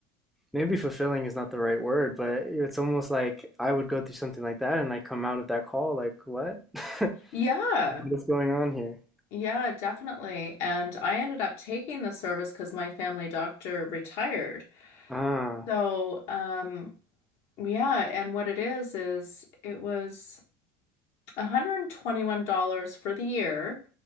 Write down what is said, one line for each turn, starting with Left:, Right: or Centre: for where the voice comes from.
Centre: maybe fulfilling is not the right word, but it's almost like I would go through something like that and I come out of that call like, what? <laughs>
Left: Yeah.
Centre: What is going on here?
Left: Yeah, definitely. And I ended up taking the service because my family doctor retired.
Centre: Ah,
Left: So, um, yeah, and what it is is it was $121 for the year,